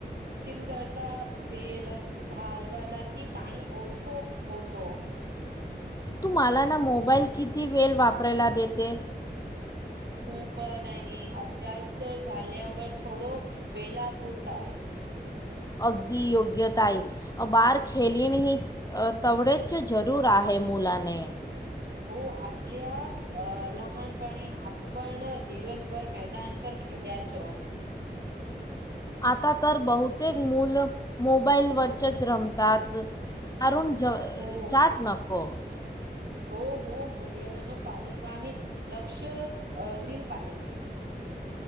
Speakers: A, on the right; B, on the left.
A: सिंगरता वेल ढालवाला कि ताणी ओछो होतो.
B: तू मला ना मोबाईल किती वेल वापरायला देते?
A: खूप नाही. अभ्यास झाल्यावर थोडं वेला पुरता आहे. <inaudible>
B: अगदी योग्यता आहे. बार खेलीण ही तवळेच जरूर आहे मुलाने
A: हो आपल्या अ लहानपणी आपण दिवसभर मैदान तर खेल्याचो
B: आता तर बहुतेक मुलं मोबाईलवरचंचं रमतात कारुण ज
A: हो.
B: जात नको.
A: हो हो मुलीइन पालकाने लक्ष अ दिल पाहिजे.